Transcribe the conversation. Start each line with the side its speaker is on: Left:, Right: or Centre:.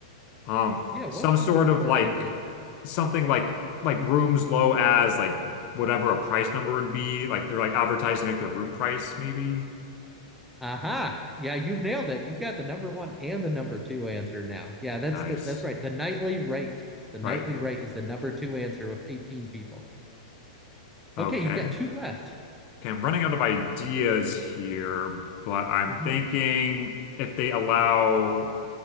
Left: Um,
Centre: Yeah,
Left: some
Centre: what would
Left: sort
Centre: be important
Left: of like
Centre: information?
Left: something like like rooms low as like whatever a price number would be. Like they're like advertising like their room price, maybe.
Centre: Aha. Yeah, you've nailed it. You've got the number one and the number two answer now. Yeah, that's
Left: Nice.
Centre: the that's right. The nightly rate. The
Left: Right.
Centre: nightly rate is the number two answer with 18 people.
Left: Okay.
Centre: Okay, you've got two left.
Left: Okay, I'm running out of ideas here, but I'm
Centre: Mhm.
Left: thinking if they allow